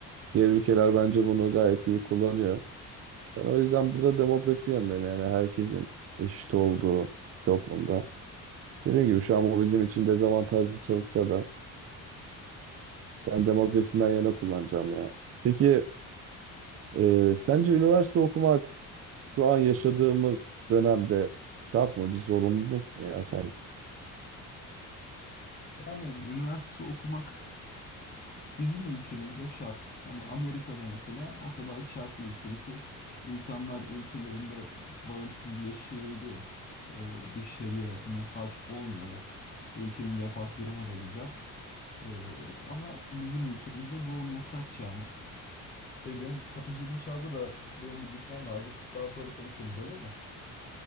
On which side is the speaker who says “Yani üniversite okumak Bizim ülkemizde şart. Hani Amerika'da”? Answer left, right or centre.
Left